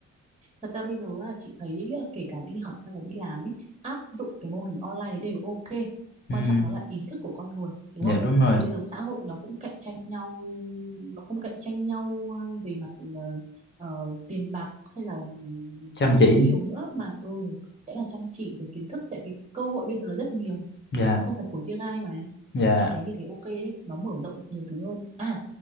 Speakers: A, on the right; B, on the left.
A: thật ra bây giờ á, chị thấy á, kể cả đi học hay là đi làm ấy áp dụng cái mô hình online đấy đều ok quan
B: ừ,
A: trọng nó là ý thức của con người đúng
B: dạ
A: không
B: đúng rồi
A: vì bây giờ xã hội nó cũng cạnh tranh nhau nó không cạnh tranh nhau ờ, về mặt ờ, ờ, tiền bạc hay là
B: chăm
A: các
B: chỉ
A: thứ nhiều nữa mà ừ sẽ là chăm chỉ rồi kiến thức tại vì cơ hội bây giờ nó rất nhiều
B: dạ
A: không phải của riêng ai mà
B: dạ
A: chị thấy như thế ok đấy nó mở rộng được nhiều thứ hơn à